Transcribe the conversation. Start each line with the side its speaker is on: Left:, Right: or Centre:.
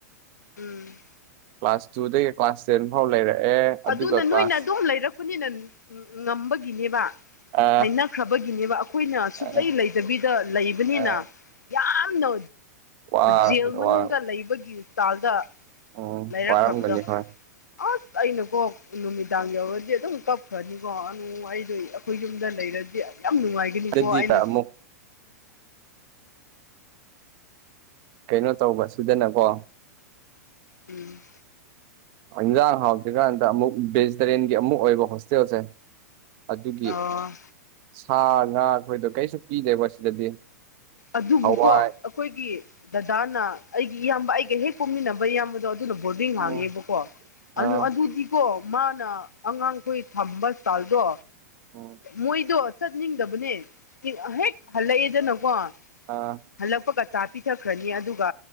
Left: ꯎꯝ
Right: ꯀ꯭ꯂꯥꯁ ꯇꯨꯗꯒꯤ ꯀ꯭ꯂꯥꯁ ꯇꯦꯟ ꯐꯥꯎ ꯂꯩꯔꯛꯑꯦ ꯑꯗꯨꯒ
Left: ꯑꯗꯨꯅ ꯅꯣꯏꯅ
Right: ꯀ꯭ꯂꯥꯁ
Left: ꯑꯗꯨꯝ ꯂꯩꯔꯛꯄꯅꯤꯅ ꯉꯝꯕꯒꯤꯅꯦꯕ
Right: ꯑ
Left: ꯍꯩꯅꯈ꯭ꯔꯕꯒꯤꯅꯦꯕ ꯑꯩꯈꯣꯏꯅ ꯁꯨꯛꯂꯩ
Right: ꯑ
Left: ꯂꯩꯇꯕꯤꯗ ꯂꯩꯕꯅꯤꯅ
Right: ꯑ
Left: ꯌꯥꯝꯅ
Right: ꯑ
Left: ꯖꯦꯜ
Right: ꯋꯥ
Left: ꯃꯅꯨꯡꯗ ꯂꯩꯕꯒꯤ ꯍꯄꯤꯇꯥꯜꯗ
Right: ꯎꯝ
Left: ꯂꯩꯔꯛꯈ꯭ꯔꯕꯗꯣ
Right: ꯋꯥꯔꯝꯒꯅꯤ ꯍꯣꯏ
Left: ꯑꯁ ꯑꯩꯅ ꯀꯣꯛ ꯅꯨꯃꯤꯗꯥꯡ ꯌꯧꯔꯗꯤ ꯑꯗꯨꯝ ꯀꯞꯈ꯭ꯔꯅꯤꯀꯣ ꯑꯗꯨ ꯑꯩꯗꯣ ꯑꯩꯈꯣꯏ ꯌꯨꯝꯗ ꯂꯩꯔꯗꯤ ꯌꯥꯝ ꯅꯨꯡꯉꯥꯏꯒꯅꯤꯀꯣ
Right: ꯑꯗꯨꯗꯤ
Left: ꯑꯩꯅ
Right: ꯑꯃꯨꯛ ꯀꯩꯅꯣ ꯇꯧꯕ ꯁꯗꯅꯀꯣ
Left: ꯎꯝ
Right: ꯏꯟꯖꯥꯡ ꯍꯥꯎꯗ꯭ꯔꯤꯀꯥꯟꯗ ꯑꯃꯨꯛ ꯚꯦꯖꯤꯇꯔꯦꯟꯒꯤ ꯑꯃꯨꯛ ꯑꯣꯏꯕ ꯍꯣꯁꯇꯦꯜꯁꯦ ꯑꯗꯨꯒꯤ
Left: ꯑ
Right: ꯁꯥ ꯉꯥ ꯑꯩꯈꯣꯏꯗꯣ ꯀꯩꯁꯨ ꯄꯤꯗꯦꯕ ꯁꯤꯗꯗꯤ
Left: ꯑꯗꯨꯕꯨꯀꯣ
Right: ꯍꯋꯥꯏ
Left: ꯑꯩꯈꯣꯏꯒꯤ ꯗꯗꯥꯅ ꯑꯩꯒꯤ ꯏꯌꯥꯝꯕ ꯑꯩꯒ ꯍꯦꯛ ꯄꯨꯝꯃꯤꯟꯅꯕ ꯏꯌꯥꯝꯕꯗꯣ ꯑꯗꯨꯗ ꯕꯣꯔꯗꯤꯡ
Right: ꯎꯝ
Left: ꯍꯥꯡꯉꯦꯕꯀꯣ
Right: ꯑꯥ
Left: ꯑꯗꯨꯗꯤ ꯀꯣ ꯃꯥꯅ ꯑꯉꯥꯡꯈꯣꯏ ꯊꯝꯕ ꯏꯁꯇꯥꯜꯗꯣ
Right: ꯎꯝ
Left: ꯃꯣꯏꯗꯣ ꯆꯠꯅꯤꯡꯗꯕꯅꯦ ꯍꯦꯛ ꯍꯜꯂꯛꯑꯦꯗꯅꯀꯣ
Right: ꯑꯥ
Left: ꯍꯜꯂꯛꯄꯒ ꯆꯥ ꯄꯤꯊꯈ꯭ꯔꯅꯤ ꯑꯗꯨꯒ